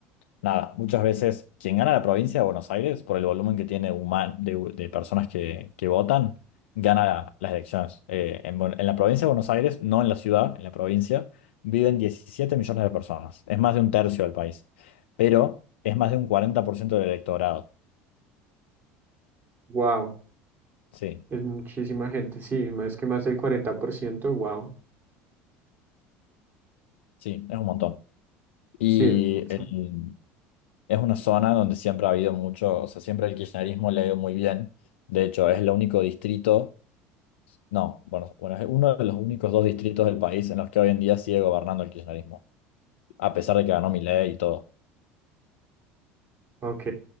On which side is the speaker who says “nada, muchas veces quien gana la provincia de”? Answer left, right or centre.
Left